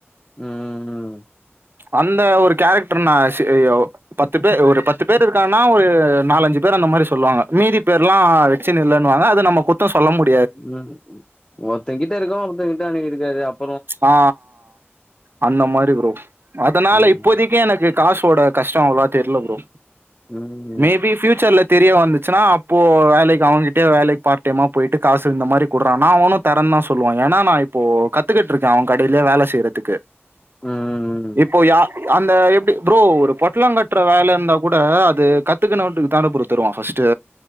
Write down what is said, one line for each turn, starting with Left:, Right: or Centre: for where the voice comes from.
Left: ம்
Right: அந்த ஒரு கேரக்டர் நா சேயோ பத்து பேர் ஒரு பத்து பேர் இருக்கான்னா ஒரு நாலஞ்சு பேர் அந்த மாரி சொல்லுவாங்க மீதி பேர்ல்லா மிசின் இல்லேன்வாங்க அது நம்ம குத்தம் சொல்ல முடி
Left: உம் ஒருத்தங்கிட்ட இருக்கு ஒருத்தங்கிட்ட அன்னைக் இருக்காது அப்
Right: ஆ அந்த மாரி ப்ரோ அதனால
Left: ம்
Right: இப்போதிக் இங்கயே எனக்கு காசோட கஷ்டோ அவ்ளவா தெர்ல ப்ரோ
Left: உம்
Right: மேபி ஃபியூச்சர்ல தெரிய வந்துச்சுன்னா அப்போ வேலைக் அவங்ககிட்டயே வேலைக் பார்ட் டைமா போயிட்டு காசு இந்த மாரி குட்றான்னா அவனு தரன்தா சொல்லுவா ஏனா நா இப்போ கத் த்துக்கிட் இருக்கே அவ கடையிலயே வேல செய்றதுக்கு
Left: ம்
Right: இப்போ யா அந்த எப்டி ப்ரோ ஒரு பொட்லோ கட்டுற வேல இருந்தா கூட அது கத்துக்குணவன்க்குதான ப்ரோ தருவா ஃபஸ்ட்டு